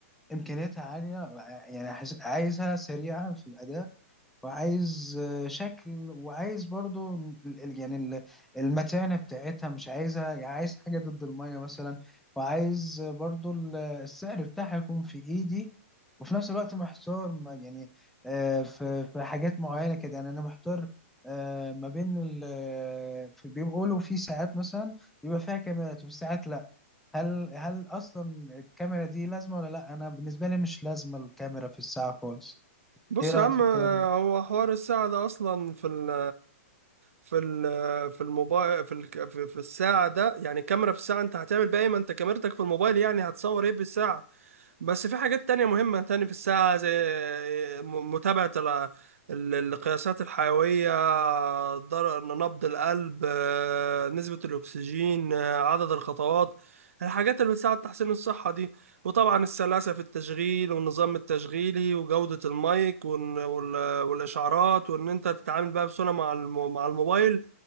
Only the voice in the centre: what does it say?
امكانياتها عاليه يعني عايزها سريعه في الاداء وعايز آه، شكل وعايز برضو ال- ال- يعني ال- المتانة بتاعتها مش عايزها يعني عايز حاجة ضد المية مثلا وعايز آه، برضو ال- السعر بتاعها يكون في ايدي وفي نفس الوقت محتار ما- يعني آه، في في حاجات معينة كده يعني انا محتار آه، ما بين ال آه، في- بيقولوا في ساعات مثلا بيبقى فيها كاميرات وفي ساعات لا هل هل اصلا الكاميرا دي لازمة ولا لا انا بالنسبة لي مش لازمة الكاميرا في الساعة خالص
ايه رأيك
في الكلام ده